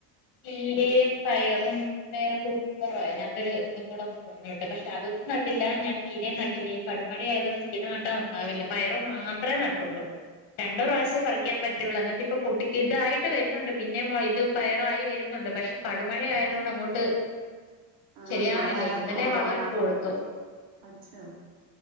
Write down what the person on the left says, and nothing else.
ചീരയും പയറും വേറെ കുക്കുമ്പോറോ ഏതാണ്ട് ഒരു ഇതുംകൂടെ- ട്ട് പക്ഷെ അതൊന്നും നട്ടില്ല ഞാൻ ചീരയും നട്ടില്ല ഈ കടുമഴ ആയതു കൊണ്ട് ചീര നട്ടാൽ ഉണ്ടാവില്ല പയറ് മാ ത്രേ നട്ടൊള്ളൂ- രണ്ട്
പ്രാവശ്യേ പറിക്കാൻ പറ്റുള്ളൂ എന്നിട്ട് ഇപ്പൊ പൊട്ടിക്ക് ഇതായിട്ട് വരുന്നുണ്ട് പിന്നെ മൊ ഇത് പയർ ആയി വരുന്നുണ്ട് പക്ഷെ പടു മഴ ആയതുകൊണ്ട് അങ്ങോട്ട്
ശരിയാവണില്ല
ഇന്നലെ
വളം
ഇട്ടു കൊടുത്തു.